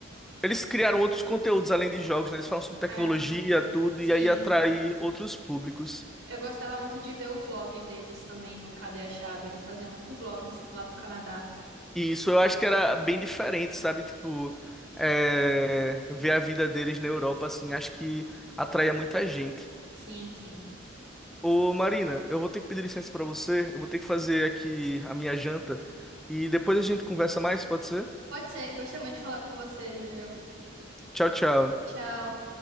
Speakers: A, in the centre; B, on the right (about 90°).
A: eles criaram outros conteúdos além de jogos, né? Eles falam sobre tecnologia,
B: É,
A: tudo,
B: sim.
A: e aí atrai outros públicos.
B: Eu gostava muito de ver o vlog deles também no Cadê a Chave. Eles faziam muito vlogs lá no Canadá.
A: E isso eu acho que era bem diferente, sabe? Tipo, é, ver a vida deles na Europa, assim, acho que atraía muita gente.
B: Sim, sim.
A: Ô, Marina, eu vou ter que pedir licença pra você, eu vou ter que fazer aqui a minha janta, e depois a gente conversa mais, pode ser?
B: Pode ser. Gostei muito de falar com você, Júlio.
A: Tchau, tchau.
B: Tchau.